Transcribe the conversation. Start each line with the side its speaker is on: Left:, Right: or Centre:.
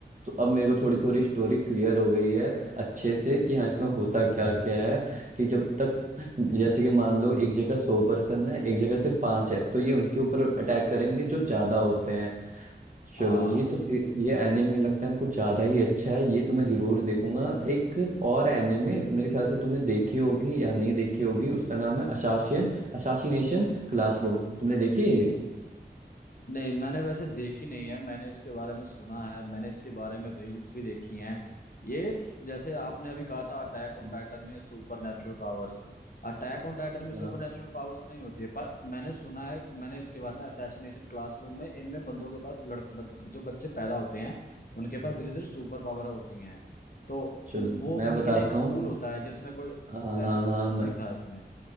Right: तो अब मेरे को थोड़ी थोड़ी स्टोरी क्लियर हो गई है अच्छे से कि हाँ इसमें होता क्या क्या है कि जब तक जैसे कि मान लो एक जगह सौ पर्सन है एक जगह सिर्फ पांच है तो ये उनके ऊपर अटैक करेंगे जो ज्यादा होते हैं चलो
Left: हाँ
Right: ये तो सी- ये एनिमे लगता है ना कुछ ज्यादा ही अच्छा है ये तो मैं जरूर देखूंगा एक और एनिमे मेरे ख्याल से तुमने देखी होगी या नहीं देखी होगी उसका नाम है असासिन असासिनेशन क्लासरूम तुमने देखी है ये
Left: नहीं मैंने वैसे देखी नहीं है मैंने इसके बारे में सुना है मैंने इसके बारे में रील्स भी देखी हैं ये स- जैसे आपने अभी कहा था अटैक
Right: <laughs>
Left: ऑन
Right: हम्म,
Left: टाइटन में supernatural powers Attack on Titan में
Right: हम्म,
Left: सुपर
Right: हाँ
Left: नेचुरल पावर्स नहीं होती है पर मैंने सुना है मैंने इसके बारे में असैसिनेशन क्लासरूम में इनमें बंदों के पास लड़ बच, जो बच्चे पैदा होते हैं उनके
Right: हम्म,
Left: पास धीरे धीरे सुपर पावर होती हैं तो
Right: चलो
Left: वो
Right: मैं
Left: उनके
Right: बताता
Left: लिए एक स्कूल
Right: हूँ
Left: होता है जिसमें कोई
Right: हाँ हाँ हाँ,
Left: ऐसा कुछ
Right: हाँ,
Left: समथिंग
Right: मैं
Left: था इसमें